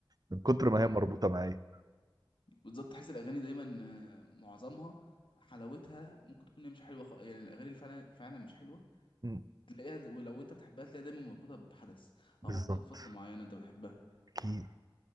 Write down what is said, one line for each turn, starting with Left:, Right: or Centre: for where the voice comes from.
Right: من كتر
Left: قوي
Right: ما هي مربوطة معايا
Left: بالظبط تحس الاغاني دايما آه، معظمها حلاوتها ممكن تكون هي مش حلوه خ... يعني الاغاني اللي فعلا فعلا مش حلوه
Right: مم.
Left: تلاقيها د- ولو انت بتحبها تلاقيها دايما مربوطه بحدث
Right: بالظبط
Left: او مربوطه بفتره معينه انت بتحبها
Right: اكيد